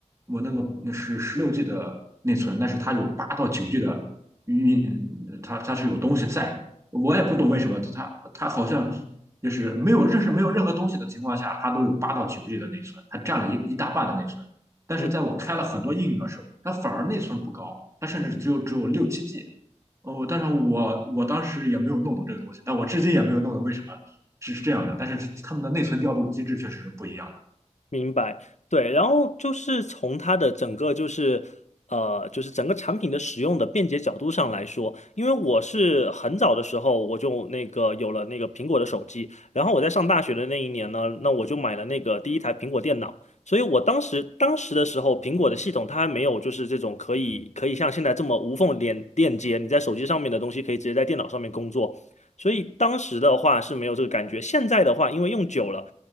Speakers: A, on the right (about 25°); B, on the left (about 70°).
A: 我那个那是十六 G 的内存，但是它有八到九 G 的运，它它是有东西在的。我也不懂为什么它它好像就是没有认识没有任何东西的情况下，它都有八到九 G 的内存，它占了一一大半的内存。但是在我开了很多应用的时候，
B: 嗯，
A: 它反而内存不高，它甚至只有只有六七 G。哦，但是我我当时也没有弄懂这个东西，但我至今也没有弄懂为什么是是这样的，但是他们的内存调度机制确实是不一样
B: 明白，对，然后就是从它的整个就是呃，就是整个产品的使用的便捷角度上来说，因为我是很早的时候我就那个有了那个苹果的手机，然后我在上大学的那一年呢，那我就买了那个第一台苹果电脑，所以我当时当时的时候，苹果的系统它还没有就是这种可以可以像现在这么无缝连链接，你在手机上面的东西可以直接在电脑上面工作，所以当时的话是没有这个感觉，现在的话因为用久了。